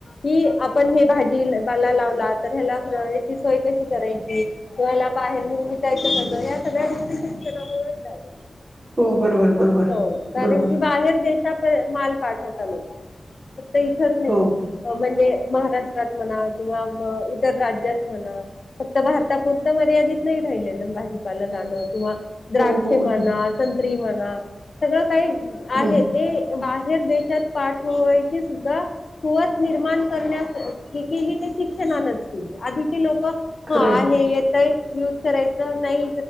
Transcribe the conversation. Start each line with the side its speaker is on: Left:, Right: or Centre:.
Left: कि आपण हे भाजी पाला लावला तर ह्याला हेची सोय कशी करायची म ह्याला बाहेर नेऊन विकायचं कसं या सगळ्या गोष्टी शिक्षणामुळेच झालेत
Right: हो बरोबर बरोबर
Left: हो कारण
Right: बरोबर
Left: की बाहेर देश प माल पाठवता लोककं फक्त इथंच नाही
Right: हो
Left: म्हणजे महाराष्ट्रात म्हणा किंवा इतर राज्यात म्हणा फक्त भारतापुरतं मर्यादित नाही राहिलेलं भाजीपाला जाणं किंवा द्राक्ष
Right: हो हो बरोबर
Left: म्हणा संत्री म्हणा सगळं काही
Right: हो
Left: आहेत ते बाहेर देशात पाठवायचे सुद्धा कुवत निर्माण करण्यास केली ते शिक्षणानच केली आधीचे लोकं
Right: खरंय
Left: हा हे येतंय युज करायचं नाही